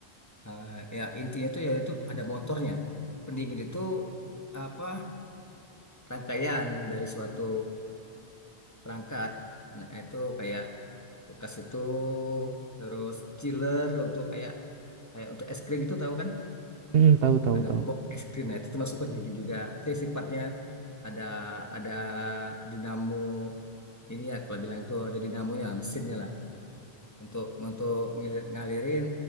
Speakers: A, on the left; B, on the right.
A: Eh, ya intinya tuh ya itu ada motornya pendingin itu apa rangkaian dari suatu perangkat nah itu kayak kulkas itu terus chiller untuk kayak kayak untuk es krim itu tahu kan
B: Hmm, tahu tahu
A: ada
B: tahu.
A: box es krim nah itu termasuk pendingin juga itu yang sifatnya ada ada dinamo ini ya kalau bilang itu ada dinamonya mesinnya lah untuk untuk ngil- ngalirin